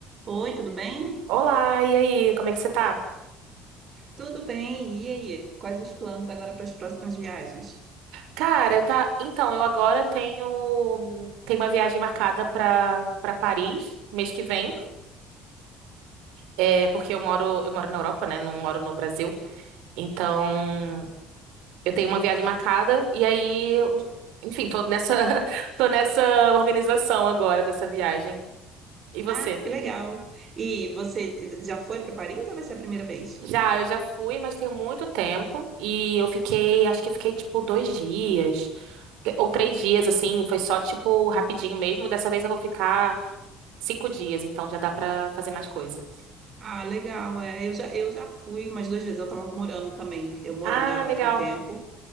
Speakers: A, on the right; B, on the right.
A: Oi, tudo bem?
B: Olá, e aí, como é que você tá?
A: Tudo bem. E aí? Quais os planos agora para as próximas viagens?
B: Cara, eu tá. Então, eu agora tenho tenho uma viagem marcada pra para Paris mês que vem. É, porque eu moro eu moro na Europa, né? Não moro no Brasil. Então, eu tenho uma viagem marcada e aí, eu- enfim, tô nessa <laughs> tô nessa organização agora dessa viagem. E você?
A: Ah, que legal. E você já foi para Paris ou vai ser a primeira vez?
B: Já, eu já fui, mas tem muito tempo. E eu fiquei, acho que fiquei tipo dois dias. Ou três dias, assim. Foi só tipo rapidinho mesmo. Dessa vez eu vou ficar cinco dias, então já dá pra fazer mais coisa.
A: Ah, legal. É, eu já, eu já fui umas duas vezes. Eu estava morando também. Eu morei
B: Ah,
A: na Europa
B: legal.
A: um tempo.